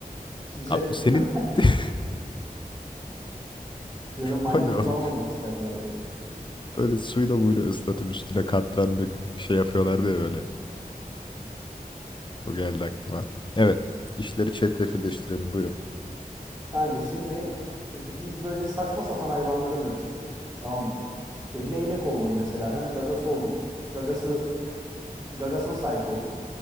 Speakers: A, on the right; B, on the left.
A: Çıkacak.
B: Abi senin
A: <laughs>
B: <laughs>
A: Ya da maymunu
B: o ne oğlum?
A: falan olmak isterdim herhalde.
B: Böyle suyla buyla ıslatıp üstüne katran döküp şey yapıyorlardı ya böyle. O geldi aklıma. Evet İşleri çetrefilleştirelim buyurun.
A: Kanka şimdi e, biz böyle saçma sapan hayvanlara dönüştük. Tamam mı? İşte leylek oldum mesela ben. Gagası oldum. Gagası gagasına sahip oldum.